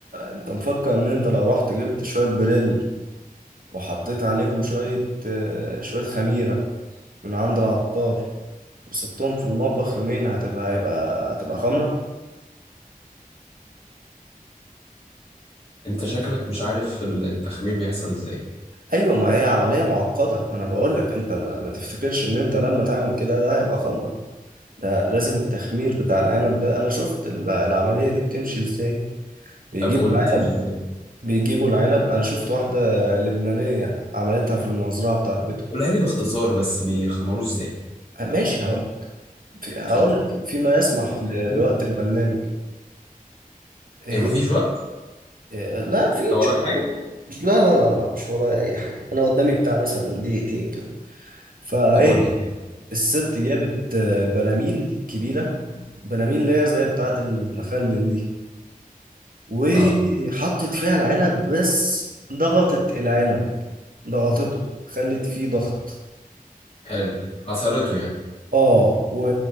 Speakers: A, on the right (about 70°); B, on the left (about 40°).
A: انت مفكر ان انت لو رحت جبت شوية بريل وحطيت عليهم شوية آه، شوية خميرة من عند العطار وسبتهم في المطبخ يومين هتبقى هيبقى هتبقى خمرة
B: انت شكلك مش عارف التخمير بيحصل ازاي
A: ايوه ما هي عملية معقدة ما انا بقول لك انت ما, ما تفتكرش ان انت لما تعمل كده ده هيبقى خمرة ده لازم التخمير بتاع العنب ده انا شفت ال- العملية دي بتمشي ازاي بيجيبوا
B: طب قول
A: العنب
B: لي بتلف ازاي
A: بيجيبوا العنب انا شفت واحدة لبنانية عملتها في المزرعة بتاعت بيتهم
B: قولها لي باختصار بس بيخمروه ازاي
A: أه، ماشي هقول في هقول
B: اتفضل
A: في- فيما يسمح
B: هو
A: ل-
B: يعني
A: لوقت
B: إيه؟
A: البرنامج إيه
B: ايه مفيش وقت
A: إيه، لا في
B: لو
A: نشوف
B: وراك حاجه
A: مش لا لا لا لا مش ورايا اي حاجة انا قدامي بتاع مثلا دقيقتين كده فايه
B: طب قول لي
A: الست جابت آه، براميل كبيرة براميل اللي هي زي بتاعت المخلل دي وحطت
B: اه
A: فيها العنب بس ضغطت العنب ضغطته خلت فيه ضغط
B: حلو حصرته يعني
A: اه و...